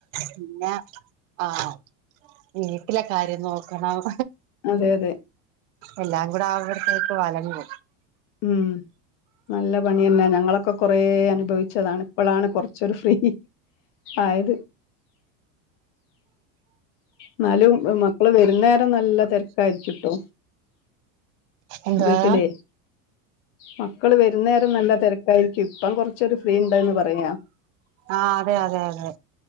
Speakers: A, on the right; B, on the left.
A: പിന്നെ ആഹ് വീട്ടിലെ കാര്യം നോക്കണം
B: അതെ അതെ
A: എല്ലാം കൂടെ ആവുമ്പോത്തിന് കൊലങ്ങും
B: ഉം നല്ല പണിയെന്നെ ഞങ്ങളൊക്കെ കൊറെ അനുഭവിച്ചതാണ് ഇപ്പളാണ് കൊറ്ച്ചൊരു ഫ്രീ ആയത് ന്നാലും മക്കള് വരുന്നേരം നല്ല തെര്ക്കായിരിക്കുട്ടോ
A: എന്തുവാ
B: വീട്ട്ലെ മക്കള് വരുന്നേരം നല്ല തെര്ക്കായിരിക്കും ഇപ്പം കൊറ്ച്ചൊരു ഫ്രീ ണ്ടന്ന് പറയാ
A: ആഹ് അതെ അതെ അതെ